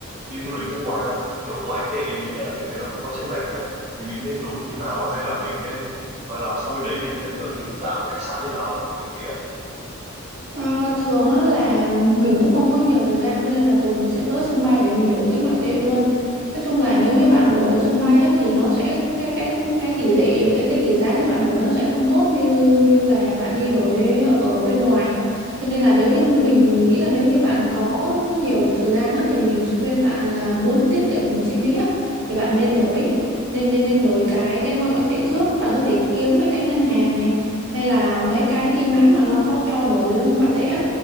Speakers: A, on the right (about 35°); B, on the right (about 60°).
A: đi du lịch nước ngoài ta? Kiểu ngoại tệ mình biết là kiểu gì nó cũng có chênh lệch này, thì mình nên đổi như nào hay là mình nên hay là sang bên đấy mình nên ở những dạng khách sạn như nào kiểu thế á?
B: À, thường á, là mình cũng không có nhiều thời gian cho nên là thường mình sẽ tới sân bay để mình đổi cái ngoại tệ luôn. Nói chung là nếu như bạn đổi ở sân bay á, thì nó sẽ cái cái cái tỷ lệ cái cái tỷ giá khi bạn đổi nó sẽ không tốt như như là bạn đi đổi ở bên ngoài. Cho nên là nếu như mình mình nghĩ là nếu như bạn có nhiều thời gian á, thì mình khuyên bạn là muốn tiết kiệm chi phí á, thì bạn nên đổi nên nên nên đổi cái cái ngoại ngoại tệ trước. Bạn có thể kiếm mấy cái ngân hàng này hay là mấy cái chi nhánh mà nó có cho đổi ngoại tệ á